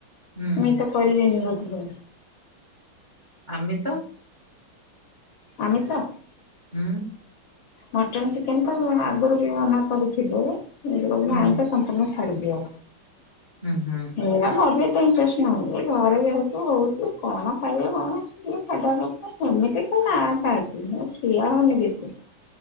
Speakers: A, on the right (about 15°); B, on the left (about 70°).
A: ହୁଁ
B: ମି ତ କରିବେନି ବୋଧେ!
A: ଆମିଷ!
B: ଆମିଷ।
A: ହୁଁ।
B: ମଟନ୍ ଚିକେନ୍ ତ ଆଗରୁ ବି ମନା କରିଥିଲୁ। ଏଥର
A: ହୁଁ
B: ଆଇଁଷ ସମ୍ପୂର୍ଣ୍ଣ ଛାଡ଼ିଦିଅ।
A: ହୁଁ ହୁଁ।
B: ଏରା ମୋର ଏତେ ଇଣ୍ଟରେଷ୍ଟ ନାଇଁ। ଏ ଘରେ ଯେହେତୁ ହଉଛି, କଣ ଖାଇବ କଣ? ସିଏ ଛାଡ୍ ଦବା କଥା। ସେମିତି କଉ ନା ଛାଡ଼୍, <unintelligible> ମୁଁ ଠିଆ ହଉନିବି ଏତେ।